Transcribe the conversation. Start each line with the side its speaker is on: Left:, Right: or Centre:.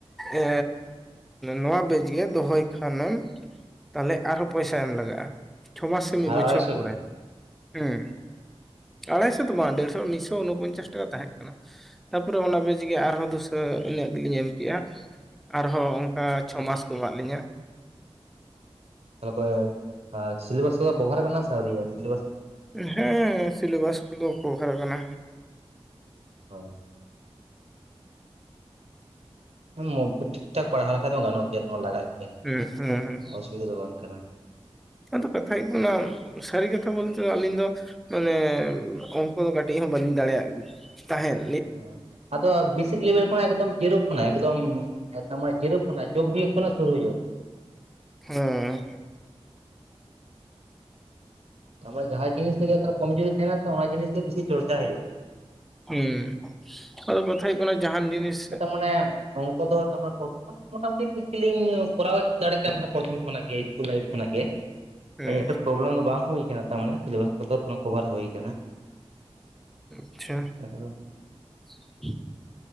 Centre: ᱮᱻ ᱱᱚᱣᱟ ᱵᱮᱡᱽ ᱜᱮ᱾ ᱫᱚᱦᱚᱭ ᱠᱷᱟᱱᱮᱢ ᱛᱟᱦᱚᱞᱮ ᱟᱨᱦᱚᱸ ᱯᱚᱭᱥᱟ ᱮᱢ ᱞᱟᱜᱟᱜ-ᱟ᱾ ᱪᱷᱚ ᱢᱟᱥ ᱥᱮ ᱢᱤᱫ
Right: ᱟᱨ
Centre: ᱵᱚᱪᱷᱚᱨ
Right: ᱟᱲᱟᱭᱥᱚ
Centre: ᱯᱚᱨᱮ,
Right: ᱜᱮ
Centre: ᱦᱮᱸ᱾ ᱟᱲᱟᱭᱥᱚ ᱫᱚ ᱵᱟᱝ ᱰᱮᱲᱥᱚ ᱢᱤᱜᱥᱚ ᱩᱱᱚᱯᱚᱧᱪᱟᱥ ᱴᱟᱠᱟ ᱛᱟᱦᱮᱸ ᱠᱟᱱᱟ᱾ ᱛᱟᱨᱯᱚᱨᱮ ᱚᱱᱟ ᱵᱮᱡᱽ ᱜᱮ ᱟᱨᱦᱚᱸ ᱫᱩᱥᱟᱹ ᱤᱱᱟᱹᱜ ᱜᱮᱞᱤᱧ ᱮᱢ ᱠᱮᱜᱼᱟ᱾ ᱟᱨᱦᱚᱸ ᱚᱱᱠᱟ ᱪᱷᱚ ᱢᱟᱥ ᱠᱚ ᱮᱢᱟᱫ ᱞᱤᱧᱟ᱾
Right: <inaudible> ᱟ ᱥᱤᱞᱮᱵᱟᱥ ᱠᱚᱫᱚ ᱠᱚᱵᱷᱟᱨ ᱠᱟᱱᱟ ᱥᱮ ᱟᱹᱣᱨᱤᱭᱟᱜ-ᱟ? ᱥᱤᱞᱮᱵᱟᱥ
Centre: ᱦᱮᱸ ᱥᱤᱞᱮᱵᱟᱥ ᱠᱚᱫᱚ ᱵᱮᱚᱠᱟᱨ ᱟᱠᱟᱱᱟ᱾
Right: <inaudible> ᱢᱳᱠ ᱠᱚ ᱴᱷᱤᱠ ᱴᱷᱟᱠ ᱯᱟᱲᱦᱟᱣ ᱞᱮᱠᱷᱟ ᱫᱚ ᱜᱟᱱᱚᱜ ᱜᱮᱭᱟ ᱛᱚᱢᱟ ᱞᱟᱜᱟᱜ ᱜᱮᱭᱟ᱾
Centre: ᱦᱩᱸᱜ ᱦᱩᱸ ᱦᱩᱸ᱾
Right: ᱚᱥᱩᱵᱤᱫᱟ ᱫᱚ ᱵᱟᱝ ᱠᱟᱱᱟ
Centre: ᱟᱫᱚ ᱠᱟᱛᱷᱟ ᱦᱩᱭᱩᱜ ᱠᱟᱱᱟ ᱥᱟᱹᱨᱤ ᱠᱟᱛᱷᱟ ᱵᱚᱞᱛᱮ ᱫᱚ ᱟᱹᱞᱤᱧ ᱫᱚ, ᱢᱟᱱᱮ ᱚᱝᱠᱚ ᱫᱚ ᱠᱟᱹᱴᱤᱡ ᱦᱚᱸ ᱵᱟᱹᱞᱤᱧ ᱫᱟᱲᱮᱭᱟᱜ ᱛᱟᱦᱮᱸᱱ᱾
Right: ᱚ ᱟᱫᱚ ᱵᱮᱥᱤᱠ ᱞᱮᱵᱮᱞ ᱦᱮᱸ ᱮᱠᱫᱚᱢ ᱡᱮᱨᱳ ᱠᱷᱚᱱᱟᱜ ᱮᱠᱫᱚᱢ ᱮᱛᱚᱢᱮ ᱡᱮᱨᱳ ᱠᱷᱚᱱᱟᱜ ᱡᱳᱜᱽ ᱵᱤᱭᱳᱜ ᱠᱷᱚᱱᱟᱜ ᱥᱩᱨᱩ ᱦᱩᱭᱩᱜᱼᱟ᱾
Centre: ᱦᱮᱸ
Right: ᱛᱟᱢᱟ ᱡᱟᱦᱟᱸ ᱡᱤᱱᱤᱥ ᱛᱤᱜᱤ ᱛᱟ ᱠᱚᱢ ᱡᱩᱨᱤ ᱛᱟᱦᱮᱱᱟ ᱥᱮ ᱚᱱᱟ ᱡᱤᱱᱤᱥ ᱜᱮ ᱵᱤᱥᱤ ᱪᱚᱨᱪᱟ ᱦᱩᱭᱩᱜ᱾
Centre: ᱦᱩᱸ ᱟᱫᱚ ᱠᱟᱛᱷᱟ ᱦᱩᱭᱩᱜ ᱠᱟᱱᱟ ᱡᱟᱦᱟᱱ ᱡᱤᱱᱤᱥ
Right: ᱢᱟᱱᱮ ᱚᱝᱠᱚ ᱫᱚ ᱛᱟᱢᱟ ᱯᱚ ᱢᱚᱴᱟᱢᱩᱴᱤ ᱴᱷᱤᱠ ᱜᱮᱞᱤᱧ ᱠᱚᱨᱟᱣᱮᱫ ᱫᱟᱲᱮᱜ ᱠᱟᱱ ᱛᱟᱦᱮᱱᱟ ᱯᱚᱨᱛᱷᱚᱢ ᱠᱷᱚᱱᱟᱜ ᱜᱮ ᱤᱥᱠᱩᱞ ᱞᱟᱭᱤᱯᱷ ᱠᱷᱚᱱᱟᱜ ᱜᱮ᱾
Centre: ᱦᱮᱸ
Right: ᱟ ᱤᱧᱟᱹᱜ ᱛᱚ ᱯᱨᱚᱵᱞᱮᱢ ᱫᱚ ᱵᱟᱝ ᱦᱩᱭ ᱠᱟᱱᱟ᱾ ᱛᱟᱢᱟᱱᱮ ᱥᱤᱞᱮᱵᱟᱥ ᱠᱚᱫᱚ ᱠᱚᱵᱷᱟᱨ ᱦᱩᱭ ᱠᱟᱱᱟ
Centre: ᱟᱪᱪᱷᱟ
Right: ᱮᱠᱫᱚᱢ᱾
Centre: <inaudible>